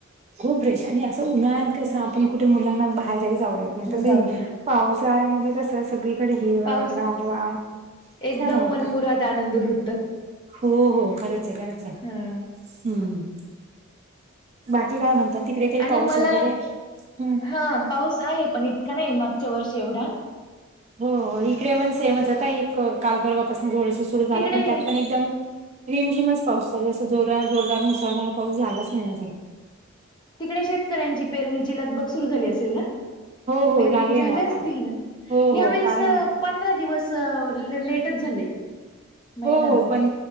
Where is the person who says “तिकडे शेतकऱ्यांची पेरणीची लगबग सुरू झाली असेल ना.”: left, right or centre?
Left